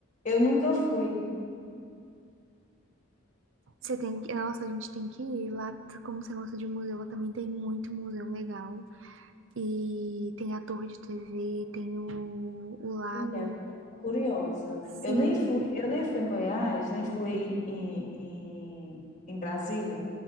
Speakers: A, on the left (about 35°); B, on the right (about 65°).
A: Eu nunca fui.
B: Você tem que, nossa, a gente tem que ir lá, t- como você gosta de museu, lá também tem muito museu legal. E tem a torre de TV, tem o, o lago.
A: Mulher, eu tô curiosa.
B: Sim,
A: Eu nem fui, eu nem fui em Goiás, nem fui em, em, em Brasília.